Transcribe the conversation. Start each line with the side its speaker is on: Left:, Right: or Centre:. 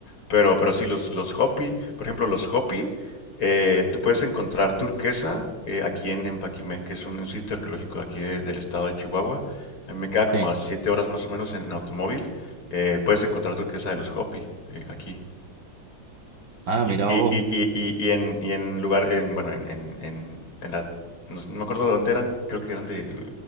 Left: pero, pero sí, los, los Hopi, por ejemplo, los Hopi, eh, tú puedes encontrar turquesa eh, aquí en, en Paquimé, que es un, un sitio arqueológico aquí de- del estado de Chihuahua. A mí me queda
Right: Sí.
Left: como a siete horas más o menos en automóvil, eh, puedes encontrar turquesa de los Hopi eh, aquí.
Right: Ah,
Left: Y,
Right: mira
Left: y,
Right: vos,
Left: y, y, y- y en, y en lugar, en, bueno, en, en, en, en la, no, sé, no me acuerdo de dónde eran, creo que eran de eh,